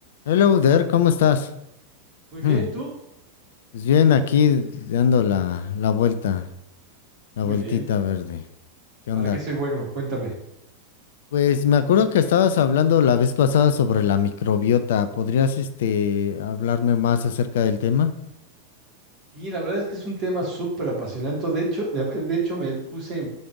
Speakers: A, on the left; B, on the right.
A: Hello there, ¿cómo estás?
B: Muy
A: Hmm,
B: bien, ¿tú?
A: Pues bien, aquí dando la, la vuelta, la
B: Muy
A: vueltita
B: bien.
A: verde. ¿Qué
B: ¿Para
A: onda?
B: qué soy bueno? Cuéntame.
A: Pues me acuerdo que estabas hablando la vez pasada sobre la microbiota. ¿Podrías, este, hablarme más acerca del tema?
B: Y la verdad es que es un tema súper apasionante. De hecho, de, de hecho me puse